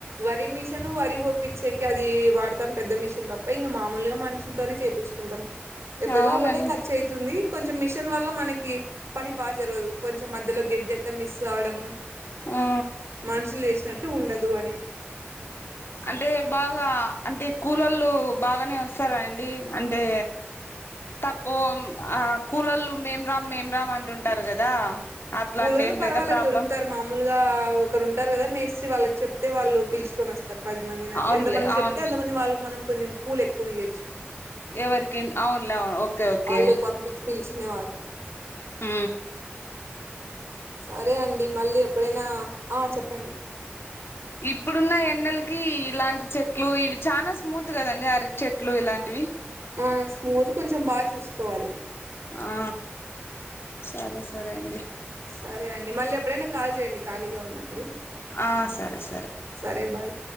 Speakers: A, on the right; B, on the left.
A: వరి మిషను వరి కొపిచ్చేకి ఇగ అది వాడతాం పెద్ద మిషన్ తప్ప ఇంకా మామూలుగా మనుషులతోనే చేయిపించుకుంటాం ఎట్లయినా
B: అవునండి
A: ఒకటే ఖర్చు అవుతుంది కొంచెం మిషన్ వల్ల మనకి పని బాగా జరగదు కొంచెం మధ్యలో గెడ్డి ఎంతా మిస్ కావడము
B: ఆ
A: మనుసులిస్ట్ వినట్టు ఉండదు అని
B: అంటే బాగా అంటే కులోలు బాగానే వస్తారా అండి అంటే తక్కువ ఆ కూలోలు మేం రామ్ మేమ్రామ్ అంటుంటారు కదా అట్లాంటి
A: కూలోలు
B: ఏం
A: పర్వాలేదు
B: లేదా ప్రాబ్లం
A: దొరుకుతారు మామూలుగా ఒకరు ఉంటారు కదా మేస్త్రి వాళ్ళకి చెప్తే వాళ్ళు పిలుచుకొని వస్తారు సార్ పది మందిట్లు
B: అవునులే
A: ఎంత మంది
B: అవునులే
A: చెప్తే అంత మంది వాళ్ళకి మనం కొంచెం కుళ్లు ఎక్కువయచ్చు
B: ఎవరికి అవునులే అవును ఓకే ఓకే
A: వాళ్ళు పంపిచి పిలిచి చెనేవాలకి
B: ఉ
A: సరే అండి మళ్ళీ ఎప్పుడైనా ఆ చెప్ప పండి
B: ఇప్పుడున్న ఎండలకి ఇలాంటి చెట్లు ఇవి చాలా స్మూత్ కదండి అరటీ చెట్లు ఇలాంటివి
A: ఆ స్మూత్ కొంచెం బాగా చూసుకోవాలి
B: ఆ సరే సరే అండి
A: సరే అండి మళ్ళీ ఎప్పుడైనా కాల్ చేయండి ఖాళీగా ఉన్నప్పుడు
B: ఆ సరే సరే
A: సరే బాయ్